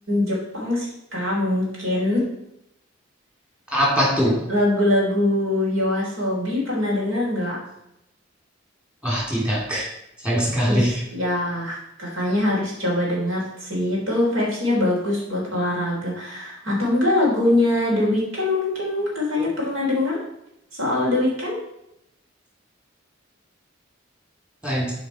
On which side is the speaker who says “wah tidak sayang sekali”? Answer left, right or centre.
Centre